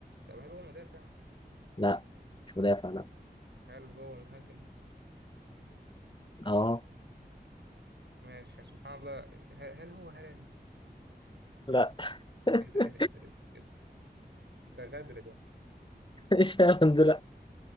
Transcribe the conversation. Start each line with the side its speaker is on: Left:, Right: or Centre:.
Right: طب هل هو مدافع؟
Left: لا مش مدافع لا
Right: هل هو مهاجم؟
Left: اه
Right: ماشي سبحان الله هل, هل هو هالاند؟
Left: لا <laughs>
Right: إيه ده إيه ده إيه ده إيه ده إيه ده ده غدر ده
Left: مش هالاند لا